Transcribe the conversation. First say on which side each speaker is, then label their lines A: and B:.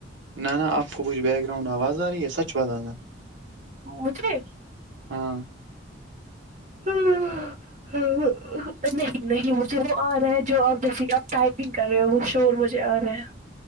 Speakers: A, on the right; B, on the right.
A: نہ نا آپ کو کچھ بیک گراؤنڈ آواز آ رہی ہے سچ بازانا
B: مجے
A: ہاں
B: ہ ہ ہ نہیں نہیں مجھے وہ آ رہا ہے جو آپ جیسے کہ آپ ٹائپنگ کر رہے ہو وہ شور مجھے آ رہے ہیں